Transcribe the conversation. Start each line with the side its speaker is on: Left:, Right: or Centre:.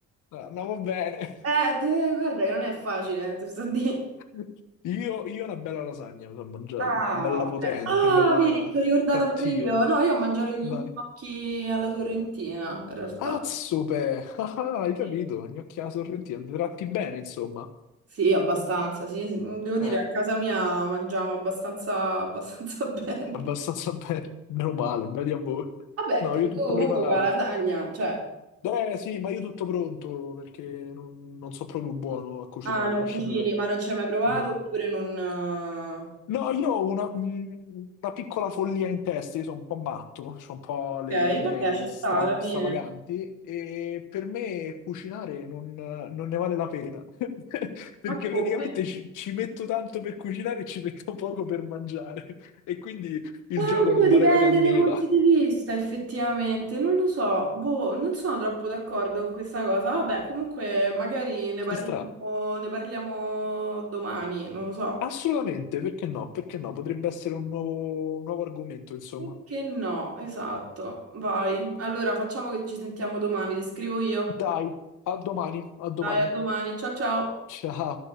Left: Ah, No, va bene.
Right: Eh, te- guarda che non è facile, te lo sto a dire.
Left: <laughs> Io, io una bella lasagna mi sono mangiato,
Right: Ah,
Left: bella
Right: ok.
Left: potente,
Right: Ah,
Left: bella
Right: vedi, mi sono ricordata
Left: cattiva.
Right: pure io. No, io ho mangiato gli
Left: Vai.
Right: gnocchi alla sorrentina, in realtà.
Left: Azzope! <laughs> Ah, ah, hai capito?
Right: Sì,
Left: Gnocchia sorrentina, vi tratti bene, insomma.
Right: Sì, abbastanza. Sì, sì. Devo dire,
Left: Eh,
Right: a casa mia mangiamo abbastanza, abbastanza <laughs> bene.
Left: abbastanza <laughs> bene, meno male, bravi a voi.
Right: Vabbè,
Left: No,
Right: pure
Left: io tutto
Right: tu comunque
Left: preparato.
Right: con la lasagna, cioè...
Left: Eh sì, ma io tutto pronto, perché non, non so proprio buono a cucinare,
Right: Ah, non
Left: lasciami
Right: cucini,
Left: perdere.
Right: ma non ci hai mai provato
Left: No.
Right: oppure non... eh,
Left: No, io ho una, mh, una piccola follia in testa, io sono un po' matto, ho un po' le,
Right: Ok,
Left: le idee
Right: vabbè, ci sta
Left: stra-
Right: alla fine.
Left: stravaganti e per me cucinare non, non ne vale la pena, <laughs> perché
Right: Ma come?
Left: praticamente ci, ci metto tanto per cucinare e ci metto poco per mangiare e quindi il
Right: Ah,
Left: gioco
Right: Oddio,
Left: non
Right: dipende
Left: vale la candela.
Right: dai punti di vista, effettivamente. Non lo so, boh, non sono troppo d'accordo con questa cosa. Vabbè, comunque, magari ne parliamo,
Left: Ci sta?
Right: ne parliamo domani, non lo so.
Left: Assolutamente, perché no? Perché no? Potrebbe essere un nuovo un nuovo argomento, insomma.
Right: Perché no? Esatto. Vai. Allora, facciamo che ci sentiamo domani, ti scrivo io.
Left: Dai, a domani, a domani.
Right: Dai, a domani. Ciao ciao.
Left: Ciao.